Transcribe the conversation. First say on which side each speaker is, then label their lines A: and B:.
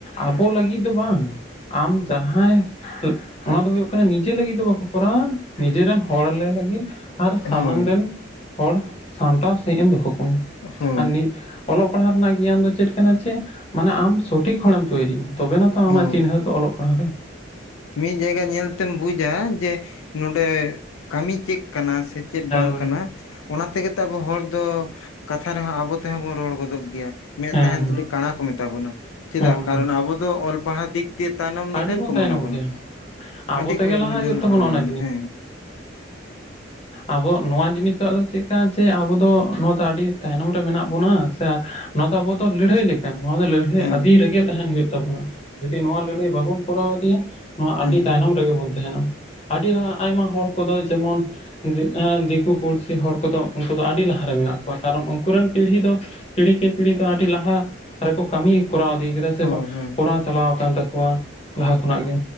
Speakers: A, on the left (about 30°); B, on the left (about 90°).
A: ᱟᱵᱚ ᱞᱟᱹᱜᱤᱫ ᱫᱚ ᱵᱟᱝ ᱟᱢ ᱡᱟᱦᱟᱸᱭ ᱚᱱᱟ ᱫᱚ ᱦᱩᱭᱩᱜ ᱠᱟᱱᱟ, ᱱᱤᱡᱮ ᱞᱟᱹᱜᱤᱫ ᱫᱚ ᱵᱟᱠᱚ ᱠᱚᱨᱟᱣᱟ ᱱᱤᱡᱮᱨᱮᱱ ᱦᱚᱲ ᱞᱟᱹᱜᱤᱫ ᱟᱨ ᱥᱟᱢᱟᱝ
B: ᱦᱳᱭ
A: ᱨᱮᱱ ᱦᱚᱲ ᱥᱟᱢᱴᱟᱲ ᱥᱟᱺᱦᱤᱡ ᱮᱢ ᱫᱚᱦᱚ ᱠᱚᱢᱟ
B: ᱦᱳᱭ
A: ᱟᱨ ᱱᱤᱼᱼ ᱚᱞᱚᱜ ᱯᱟᱲᱦᱟᱣ ᱨᱮᱱᱟᱜ ᱜᱮᱭᱟᱱ ᱫᱚ ᱪᱮᱫ ᱠᱟᱱᱟ? ᱪᱮ ᱢᱟᱱᱮ ᱟᱢ ᱥᱚᱴᱷᱤᱠ ᱦᱚᱲᱮᱢ ᱛᱳᱭᱨᱤᱜ ᱮᱱᱟ᱾ ᱛᱚᱵᱮᱱᱟ ᱛᱚ,
B: ᱦᱳᱭ
A: ᱟᱢᱟᱜ ᱪᱤᱱᱦᱟᱹ ᱫᱚ ᱚᱞᱚᱜᱼᱯᱟᱲᱦᱟᱜ ᱨᱮ
B: ᱢᱤᱫ ᱡᱟᱭᱜᱟ ᱧᱮᱞ ᱛᱮᱢ ᱵᱩᱡᱟ ᱡᱮ ᱱᱚᱰᱮ ᱠᱟᱹᱢᱤ ᱪᱮᱫ ᱠᱟᱱᱟ ᱥᱮ ᱪᱮᱫ ᱵᱟᱝ
A: ᱦᱳᱭ
B: ᱠᱟᱱᱟ᱾ ᱚᱱᱟ ᱛᱮᱜᱮ ᱛᱚ ᱟᱵᱚ ᱦᱚᱲ ᱫᱚ ᱠᱟᱹᱛᱷᱟ ᱨᱮᱦᱚᱸ ᱟᱵᱚ ᱛᱮᱦᱚᱸ ᱵᱚᱱ ᱨᱚᱲ ᱜᱚᱫᱚᱜ ᱜᱮᱭᱟ, ᱢᱮᱫ
A: ᱦᱮᱸ
B: ᱛᱟᱦᱮᱱ ᱛᱩᱞᱩᱡ ᱠᱟᱬᱟ ᱠᱚ ᱢᱮᱛᱟ ᱵᱚᱱᱟ, ᱪᱮᱫᱟᱜ?
A: ᱦᱮᱸ
B: ᱠᱟᱨᱚᱱ ᱟᱵᱚ ᱫᱚ ᱚᱞ ᱯᱟᱲᱦᱟᱣ ᱫᱤᱠ ᱫᱤᱭᱮ ᱛᱟᱭᱱᱚᱢ ᱱᱤᱫᱷᱟᱹᱱ
A: ᱟᱹᱰᱤ ᱵᱚᱱ
B: ᱠᱚ
A: ᱛᱟᱭᱱᱚᱢ
B: ᱢᱚᱱᱮ ᱵᱚᱱᱟ,
A: ᱜᱮᱭᱟ ᱟᱵᱚ
B: ᱟᱹᱰᱤ
A: ᱛᱮᱜᱮ
B: ᱠᱚ
A: ᱞᱟᱦᱟ
B: ᱱᱤᱫᱷᱟᱹᱱ
A: ᱦᱩᱭᱩᱜ
B: ᱠᱚ
A: ᱛᱟᱵᱚᱱᱟ
B: ᱢᱚᱱᱮ
A: ᱚᱱᱟ
B: ᱵᱚᱱᱟ ᱦᱮᱸ <inaudible>
A: ᱟᱵᱚᱣᱟᱜ ᱱᱚᱣᱟ ᱡᱤᱱᱤᱥ ᱫᱚ ᱟᱫᱚ ᱪᱮᱫ ᱠᱟ ᱡᱮ ᱟᱵᱚ ᱫᱚ ᱱᱚᱣᱟ ᱫᱚ ᱟᱹᱰᱤ ᱛᱟᱭᱱᱚᱢ ᱨᱮ ᱢᱮᱱᱟᱜ ᱵᱚᱱᱟ ᱥᱮ ᱱᱚᱣᱟ ᱫᱚ ᱟᱵᱚ ᱫᱚ ᱞᱟᱹᱲᱦᱟᱹᱭ ᱞᱮ <unintelligible> ᱱᱚᱣᱟ ᱫᱚ ᱞᱟᱹᱲᱦᱟᱹᱭ
B: ᱦᱮᱸ
A: ᱟᱹᱫᱤ ᱨᱮᱜᱮ ᱛᱟᱦᱮᱱ ᱦᱩᱭᱩᱜ ᱛᱟᱵᱚᱱᱟ ᱡᱩᱫᱤ ᱱᱚᱣᱟ ᱞᱟᱹᱲᱦᱟᱹᱭ ᱵᱟᱵᱚᱱ ᱠᱚᱨᱟᱣ ᱤᱫᱮᱭᱟ ᱱᱚᱣᱟ
B: ᱦᱮᱸ
A: ᱟᱹᱰᱤ ᱛᱟᱭᱱᱚᱢ ᱨᱮᱜᱮ ᱵᱚᱱ ᱛᱟᱦᱮᱱᱟ, ᱟᱹᱰᱤ ᱱᱚᱣᱟ ᱟᱭᱢᱟ ᱦᱚᱲ ᱠᱚᱫᱚ ᱡᱮᱢᱚᱱ <unintelligible> ᱫᱤᱠᱩ ᱯᱩᱲᱥᱤ ᱦᱚᱲ ᱠᱚᱫᱚ ᱩᱱᱠᱩ ᱫᱚ ᱟᱹᱰᱤ ᱞᱟᱦᱟᱨᱮ ᱢᱮᱱᱟᱜ ᱠᱚᱣᱟ ᱠᱟᱨᱚᱱ ᱩᱱᱠᱩ ᱨᱮᱱ ᱯᱤᱲᱦᱤ ᱫᱚ ᱯᱤᱲᱦᱤ ᱠᱮ ᱯᱤᱲᱦᱤ ᱫᱚ ᱟᱹᱰᱤ ᱞᱟᱦᱟ ᱨᱮᱠᱚ ᱠᱟᱢᱤ ᱠᱚᱨᱟᱣᱫᱤ ᱠᱮᱫᱟ ᱥᱮ
B: ᱦᱳᱭ ᱦᱳᱭ
A: ᱠᱚᱨᱟᱣ ᱪᱟᱞᱟᱣ ᱠᱟᱱ ᱛᱟᱠᱚᱣᱟ ᱞᱟᱦᱟ ᱠᱷᱚᱱᱟᱜ ᱜᱮ